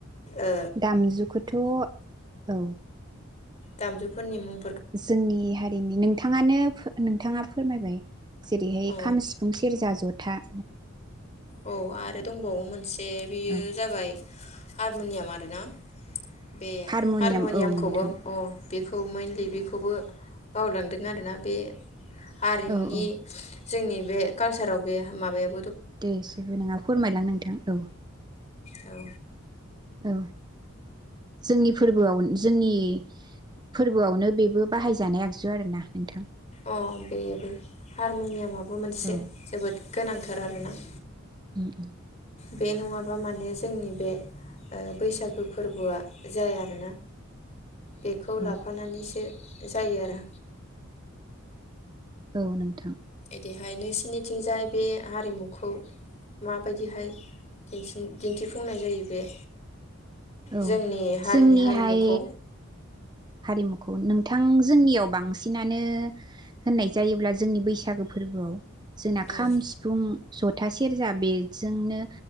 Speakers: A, on the left; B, on the right.
A: ओ
B: दामजुखौथ' औ
A: दामजु फोरनि मुं
B: जोंनि हारिनि नोंथाङानो नोंथाङा फोरमायबाय जेरैहाय
A: औ
B: खाम सिफुं सेरजा जट था
A: औ आरो दंबावो मोनसे बियो
B: औ
A: जाबाय हारमुनियामा आरो ना? बे
B: हारमनियाम
A: हारमुनियामखौबो
B: औ नोंथां
A: अ बेखौ मनलि बेखौबो बावलांदों आरोना बे हारिमुनि
B: औ औ
A: जोंनि बे कालचाराव बे माबायाव
B: दे जेबो नङा फोरमायलां नोंथां औ।
A: औ।
B: औ जोंनि फोरबोआव जोंनि फोरबोआवनो बेबो बाहायजानाय आगजु आरोना नोंथां।
A: अ बेबो हारम'नियाम बेबो मोनसे
B: औ
A: जोबोद गोनांथार आरोना।
B: उम
A: बे नङाबा माने जोंनि बे बैसागो फोरबोआ जाया आरोना। बेखौ
B: औ
A: लाफानानैसो जायो आरो
B: औ नोंथां।
A: बेहाय नोंसिनिथिंजाय बे हारिमुखौ माबायदिहाय दि दिन्थिफुंनाय जायो बे
B: औ
A: जोंनि हारिनि
B: जोंनिहाय
A: हारिमुखौ
B: हारिमु खौ नोंथां जोंनियाव बांसिनानो होननाय जायोब्ला जोंनि बैसागो फोरबोआव जोंना
A: उम
B: खाम सिफुं जथा सेरजा बेजोंनो